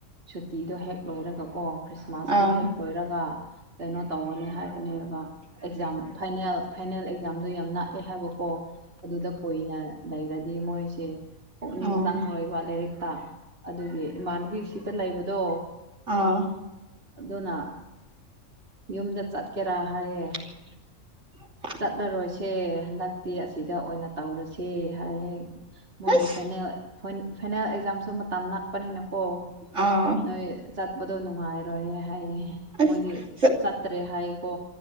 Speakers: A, on the right (about 50°); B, on the right (about 65°).
A: ꯁꯨꯇꯤꯗꯣ ꯍꯦꯛ ꯂꯣꯏꯔꯒꯀꯣ ꯈ꯭ꯔꯤꯁꯃꯥꯁꯇꯣ
B: ꯑꯥ
A: ꯍꯦꯛ ꯂꯣꯏꯔꯒ ꯀꯩꯅꯣ ꯇꯧꯒꯅꯤ ꯍꯥꯏꯕꯅꯦꯕ ꯑꯦꯛꯖꯥꯝ ꯐꯥꯏꯅꯦꯜ ꯐꯥꯏꯅꯦꯜ ꯑꯦꯛꯖꯥꯝꯗꯣ ꯌꯥꯝ ꯅꯛꯑꯦ ꯍꯥꯏꯕꯀꯣ ꯑꯗꯨꯗ ꯀꯨꯏꯅ ꯂꯩꯔꯅꯤ ꯃꯣꯏꯁꯤ ꯄꯨꯛꯅꯤꯡ
B: ꯑꯣ
A: ꯆꯪꯉꯣꯏꯕ ꯂꯥꯏꯔꯤꯛꯇ ꯑꯗꯨꯒꯤ ꯏꯃꯥꯟꯅꯕꯤꯁꯤ ꯂꯩꯕꯗꯣ
B: ꯑꯥ
A: ꯑꯗꯨꯅ ꯌꯨꯝꯗ ꯆꯠꯀꯦꯔꯥ ꯍꯥꯏꯌꯦ
B: <unintelligible>
A: ꯆꯠꯂꯔꯣꯏꯁꯦ ꯍꯟꯗꯛꯇꯤ ꯑꯁꯤꯗ ꯑꯣꯏꯅ ꯇꯧꯔꯁꯦ ꯍꯥꯏꯌꯦ ꯃꯣꯏꯒꯤ
B: ꯑꯁ
A: ꯐꯥꯏꯅꯦꯜ ꯐꯥꯏꯅꯦꯜ ꯑꯦꯛꯖꯥꯝꯁꯨ ꯃꯇꯝ ꯅꯛ ꯄꯥꯅꯤꯅꯥꯀꯣ
B: ꯑꯥ
A: ꯅꯣꯏ ꯆꯠꯄꯗꯣ ꯅꯨꯡꯉꯥꯏꯔꯣꯏꯌꯦ ꯍꯥꯏꯌꯦ
B: ꯑꯁ
A: ꯃꯣꯏꯗꯤ ꯆꯠꯇ꯭ꯔꯦ ꯍꯥꯏꯀꯣ